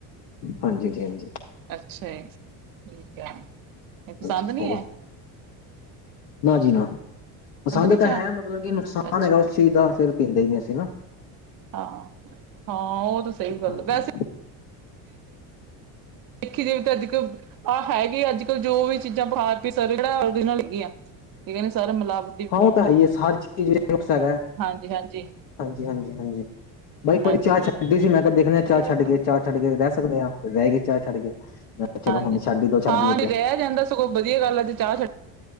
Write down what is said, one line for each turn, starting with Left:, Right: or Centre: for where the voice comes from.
Left: ਹਾਂਜੀ ਜੀ ਹਾਂਜੀ।
Right: ਅੱਛਾ ਜੀ, ਠੀਕ ਆ, ਇਹ ਪਸੰਦ
Left: ਹਾਂਜੀ
Right: ਨਹੀਂ
Left: ਹੋਰ
Right: ਹੈ।
Left: ਨਾ ਜੀ ਨਾ ਪਸੰਦ
Right: ਨੀ
Left: ਤਾਂ
Right: ਚਾਹ
Left: ਹੈ, ਮਤਲਬ ਕਿ ਨੁਕਸਾਨ
Right: ਅੱਛਾ
Left: ਹੈਗਾ ਉਸ ਚੀਜ਼ ਦਾ, ਫਿਰ ਪੀਂਦੇ ਹੀ ਨੀ ਅਸੀਂ ਨਾ।
Right: ਹਾਂ, ਹਾਂ ਉਹ ਤਾਂ ਸਹੀ ਗੱਲ
Left: ਹਾਂਜੀ
Right: ਵੈਸੇ ਦੇਖੀ ਜਾਵੇ ਤਾਂ ਅੱਜ ਕੱਲ ਆਹ ਹੈਗੇ ਅੱਜ ਕੱਲ ਜੋ ਵੀ ਚੀਜ਼ਾਂ ਬਹਾਰ <unintelligible> ਜਿਹੜਾ ਉਹਦੇ ਨਾਲ ਹੈਗੀਆਂ। ਇਹ ਨੀ ਸਾਰੇ ਮਿਲਾਵ
Left: ਹਾਂ ਤਾਂ ਹੈਈਏ ਸਰ ਚੀਜ਼ੁਕਸਗਾ ਹੈ।
Right: ਹਾਂਜੀ-ਹਾਂਜੀ,
Left: ਹਾਂਜੀ, ਹਾਂਜੀ, ਹਾਂਜੀ ਬਈ ਏਕ ਵਾਰੀ
Right: ਹਾਂਜੀ ਹਾਂਜੀ
Left: ਚਾਹ ਛੱਡੀ ਸੀ ਮੈਂ ਕਿਹਾ ਦੇਖਨੇ ਆ
Right: ਸਹੀ
Left: ਚਾਹ
Right: ਗੱਲ
Left: ਛੱਡ ਕੇ
Right: ਆ
Left: ਚਾਹ ਛੱਡ ਕੇ ਰਹਿ ਸਕਦੇ ਆ ਰਹਿਗੇ ਚਾਹ ਛੱਡ ਕੇ ਮੈਂ ਕਿਹਾ ਚਲੋ
Right: ਹਾਂਜੀ
Left: ਹੁਣ ਛੱਡ ਹੀ ਦੋ ਛੱਡ
Right: <unintelligible>
Left: ਦਈਏ ਤੇ
Right: ਸਗੋਂ ਵਧੀਆ ਗੱਲ ਆ ਜੇ ਚਾਹ ਛੱਡ